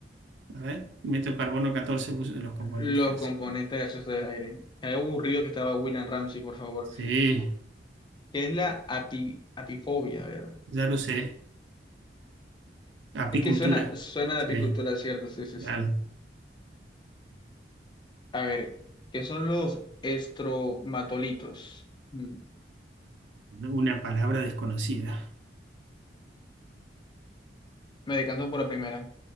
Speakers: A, on the right (about 80°); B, on the left (about 25°).
A: A ver, meto carbono 14 puse de los componentes.
B: Los
A: ese.
B: componentes gaseosos del aire. Qué aburrido que estaba William Ramsey, por favor.
A: Sí,
B: ¿Qué es la api- apifobia? A ver.
A: ya lo sé. Apicultura.
B: Es que suena, suena de
A: Sí,
B: apicultura, ¿cierto? Sí, sí,
A: claro.
B: sí. A ver, ¿qué son los estromatolitos? Mm,
A: Una palabra desconocida.
B: Me decanto por la primera.